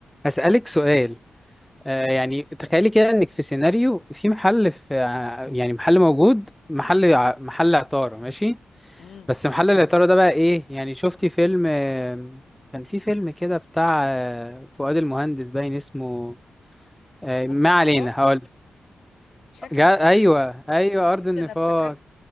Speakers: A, in the centre; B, on the left.
A: أسألك سؤال آه يعني تخيلي كده إنك في سيناريو في محل في ع- يعني محل موجود محل ع- محل عطارة ماشي
B: امم
A: بس محل العطارة ده بقى إيه يعني شفتي فيلم آه، كان في فيلم كده بتاع آه، فؤاد المهندس باين اسمه آه،
B: عرض
A: ما
B: النطاق
A: علينا هقول
B: شكلك
A: جا...
B: كده
A: أيوه أيوه
B: شفت
A: أرض النفاق
B: انا افتكرت